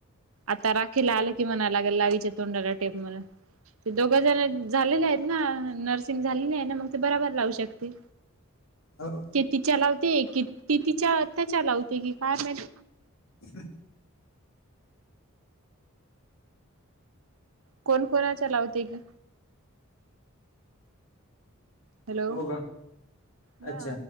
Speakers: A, on the right; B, on the left.
A: आता राखीला आलं की म्हणाय लागेल लावीच्या तोंडाला टेप म्हणून. ते दोघ जण झालेले आहेत ना? नर्सिंग झालेले आहे ना? मग ते बराबर लावू शकते.
B: हो.
A: ते तिच्या लावते. क ती तिच्या अत्याच्या लावते की काय माहित?
B: हम.
A: कोण कोणाच्या लावते की. हॅलो!
B: हो का
A: हा.
B: अच्छा.